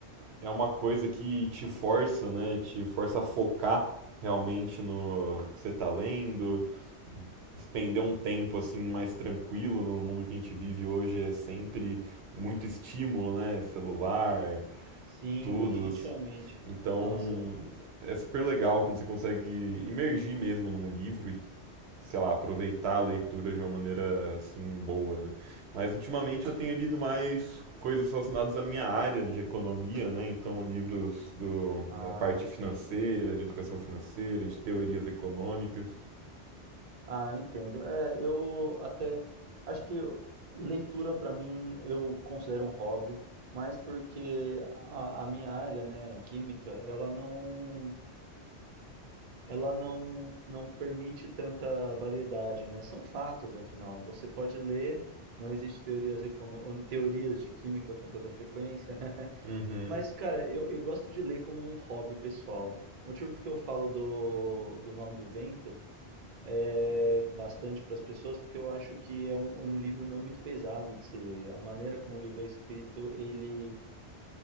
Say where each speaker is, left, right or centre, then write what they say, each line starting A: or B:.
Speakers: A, on the right; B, on the right.
A: é uma coisa que te força, né? Te força a focar realmente no que você tá lendo, despender um tempo assim mais tranquilo no mundo que a gente vive hoje é sempre muito estímulo, né? Celular,
B: Sim,
A: tudo.
B: definitivamente.
A: Então
B: Nossa.
A: é super legal quando você consegue imergir mesmo num livro e sei lá, aproveitar a leitura de uma maneira assim boa, né? Mas ultimamente eu tenho lido mais coisas relacionadas à minha área de economia, né? Então livros do,
B: Ah,
A: da parte
B: entendi.
A: financeira, de educação financeira, de teorias econômicas.
B: Ah, eu entendo. É, eu até acho que eu- leitura para mim eu considero um hobby, mas porque a, a minha área, né, a química, ela não, ela não, não permite tanta variedade, né? São fatos, afinal. Você pode ler, não existe teorias econo- teorias de química com tanta frequência. <laughs>
A: Uhum.
B: Mas, cara, eu, eu gosto de ler como um hobby pessoal. O motivo porque eu falo do, do nome do vento é, bastante para as pessoas, porque eu acho que é um, um livro não muito pesado de se ler. A maneira como o livro é escrito, ele